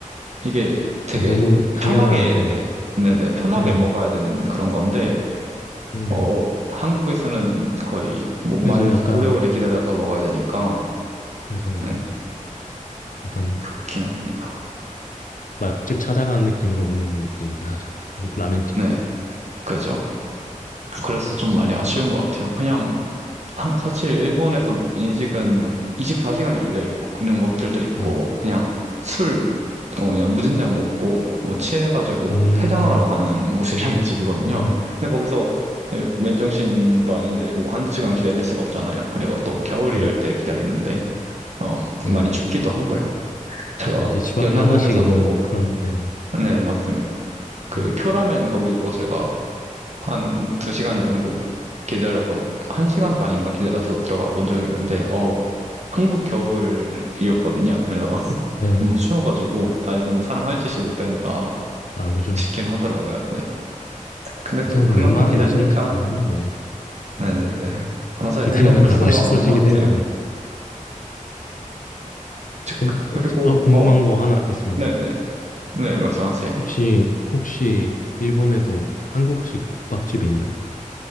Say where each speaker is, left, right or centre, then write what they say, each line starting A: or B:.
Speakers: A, on the right; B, on the left.
A: 이게 되게
B: 그냥 너무 당연한,
A: 편하게
B: 네.
A: 네네 편하게
B: 네.
A: 먹어야 되는 그런 건데
B: 네.
A: 어 한국에서는 거의 뭐 많이
B: 그래서 약간,
A: 기- 오래오래 기다려서 먹어야 되니까
B: 그죠.
A: 네
B: 그죠. 약간
A: 그렇긴 합니다.
B: 맛집 찾아가는 느낌으로 먹는 느낌이긴 하죠. 한국 라면집들은.
A: 네. 그죠. 그래서 좀 많이 아쉬운
B: 맞아요.
A: 것 같아요. 그냥 한- 사실 일본에서 인식은 24시간 열려 있는 곳들도 있고
B: 그죠.
A: 그냥 술 어, 그냥 무진장 먹고 뭐 취해가지고
B: 음,
A: 해장하러 가는 <laughs> 곳이 라면 집이거든요.
B: 어,
A: 근데 거기서 예, 맨정신도 아닌데 뭐 한두 시간 기다릴 수가 없잖아요. 그리고 또 겨울
B: 그죠.
A: 이럴 때 기다리는데 어,
B: 네네.
A: 많이 춥기도 하고요. 제가
B: 어, 이제 집
A: 연남동에서도
B: 앞에 하나씩 있는 뭐 그런, 네.
A: 네 맞습니다. 그
B: 네.
A: 쿄라멘 거기도 제가 한 두 시간 정도 기다려서, 한 시간 반인가 기다려서 들어가 본 적이 있는데, 어, 한국 겨울이었거든요. 그래서 <laughs>
B: 네네.
A: 너무 추워가지고, 아, 이거는 사람 할 짓이 못 된다
B: 아, 그죠.
A: 싶긴 하더라고요. 네. 근데
B: 요새는
A: 또 그만큼
B: 웬만한
A: 기다리니까,
B: 맛있는 집 가려면, 네.
A: 네네네. 맞아요.
B: 기- 기다리면
A: 이게 어쩔
B: 다
A: 수가
B: <laughs> 맛있어지긴
A: 없는 것 같아요.
B: 해요. 네.
A: 즉,
B: 그럼 어,
A: 그리고,
B: 저- 어, 궁금한
A: 어,
B: 거 하나 있습니다.
A: 네네. 네, 네, 말씀하세요.
B: 혹시 혹시 일본에도 한국식 국밥집 있나요?